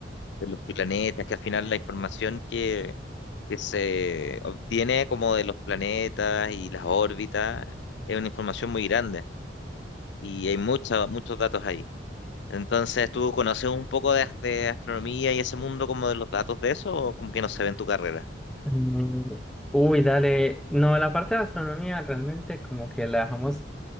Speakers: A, on the left; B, in the centre.
A: de los planetas, que al final la información que que se obtiene como de los planetas y las órbitas, es una información muy grande y hay mucha, muchos datos ahí. Entonces, ¿tú conoces un poco de, as- de astronomía y ese mundo como de los datos de eso o como que no se ve en tu carrera?
B: eh, uy, dale. No, la parte de astronomía realmente como que la dejamos